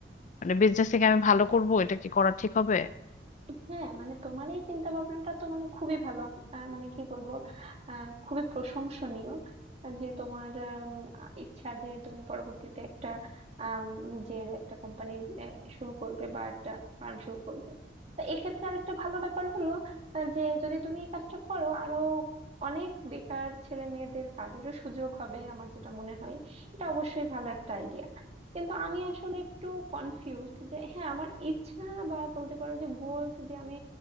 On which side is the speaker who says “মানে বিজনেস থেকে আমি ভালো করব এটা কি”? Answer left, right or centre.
Left